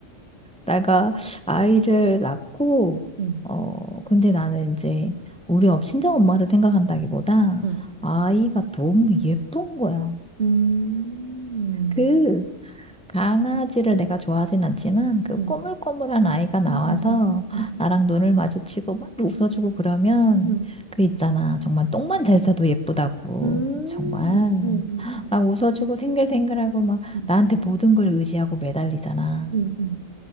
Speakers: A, in the centre; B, on the right.
A: 내가 아이를 낳고,
B: 음,
A: 어, 근데 나는 이제 우리 업- 친정 엄마를 생각한다기보다
B: 음,
A: 아이가 너무 예쁜 거야.
B: 음,
A: 그 강아지를 내가 좋아하진 않지만 그
B: 음,
A: 꼬물꼬물한 아이가 나와서
B: 음, 음, 음, 음,
A: 나랑 눈을 마주치고 막 웃어주고 그러면
B: 음,
A: 그 있잖아. 정말 똥만 잘 싸도 예쁘다고.
B: 음,
A: 정말
B: 음, 음, 음,
A: 막
B: 음.
A: 웃어주고 생글생글하고 막
B: 음,
A: 나한테 모든 걸 의지하고 매달리잖아.
B: 음, 음,